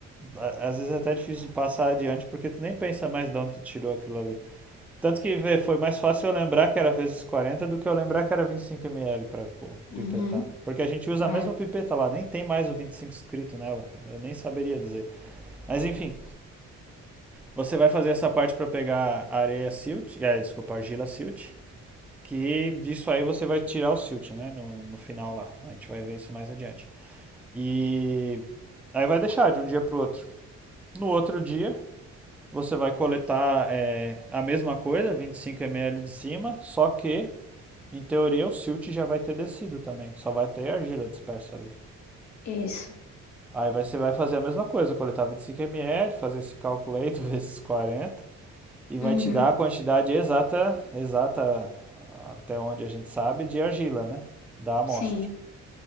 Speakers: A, in the centre; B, on the left.
A: às vezes é até difícil de passar adiante porque tu nem pensa mais de onde tu tirou aquilo ali. Tanto que vê, foi mais fácil eu lembrar que era vezes 40 do que eu lembrar que era vinte e cinco ml para
B: Uhum.
A: pipetar. Porque a gente usa
B: É.
A: a mesma pipeta lá, nem tem mais o 25 escrito nela. Eu nem saberia dizer. Mas enfim, você vai fazer essa parte para pegar areia silt, é, desculpa, argila silt, que disso aí você vai tirar o silt, né, no, no final lá. A gente vai ver isso mais adiante. E aí vai deixar de um dia para o outro. No outro dia, você vai coletar é, a mesma coisa, 25 ml de cima, só que Em teoria, o silt já vai ter descido também. Só vai ter argila dispersa ali.
B: Isso.
A: Aí você vai fazer a mesma coisa, coletar 25 ml, fazer esse cálculo aí, tu vezes <laughs> 40 e vai
B: Uhum.
A: te dar a quantidade exata, exata até onde a gente sabe, de argila, né? Da amostra.
B: Sim,